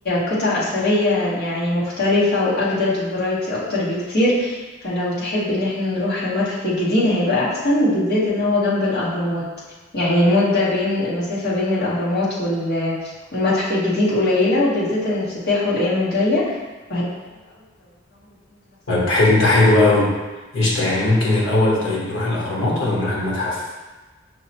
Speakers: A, on the left (about 55°); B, on the left (about 80°).
A: قطع أثرية يعني مختلفة وأجدد وفرايتي أكتر بكتير فلو تحب إن احنا نروح المتحف الجديد هيبقى أحسن بالذات إن هو جنب الأهرامات يعني المدة بين المسافة بين الأهرامات وال- والمتحف الجديد قليلة وبالذات إن افتتاحه الأيام الجاية فهيبقى حلو قوي لو رحناهم الاتنين في نفس
B: طيب
A: الوقت
B: حل ده حلو قوي قشطة يعني ممكن الأول طيب نروح الأهرامات ولا نروح المتحف؟